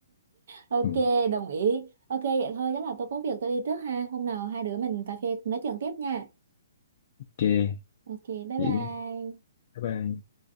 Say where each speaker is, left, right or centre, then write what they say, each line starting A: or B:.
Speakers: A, on the right; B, on the left.
A: Ok,
B: ừ,
A: đồng ý. Ok, vậy thôi, chắc là tôi có việc tôi đi trước ha. Hôm nào hai đứa mình cà phê nói chuyện tiếp nha.
B: ok
A: Ok, bye
B: vậy
A: bye.
B: Bye bye.